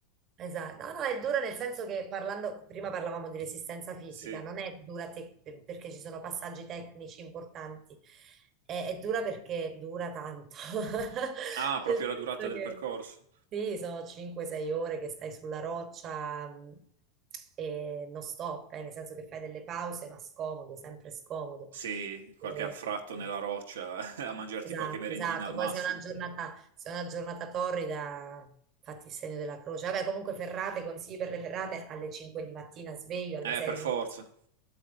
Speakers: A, on the right; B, on the right.
A: Esatto, no, no, è dura nel senso che parlando, prima parlavamo di resistenza fisica,
B: Sì.
A: non è dura te- per- perché ci sono passaggi tecnici importanti, è, è dura perché dura tanto, <laughs>
B: Ah, proprio
A: nel senso
B: la durata del
A: che
B: percorso.
A: sì, sono 5-6 ore che stai sulla roccia mh, e non stop, eh, nel senso che fai delle pause, ma scomodo, sempre scomodo.
B: Sì, qualche
A: E-
B: anfratto nella
A: mm,
B: roccia <laughs> a mangiarti
A: Esatto,
B: qualche merendina
A: esatto.
B: al massimo.
A: Poi se è una giornata, se è una giornata torrida, fatti il segno della croce. Vabbè, comunque ferrate, consigli per le ferrate alle 5 di mattina, sveglio,
B: Eh,
A: alle 6
B: per forza.
A: inizio.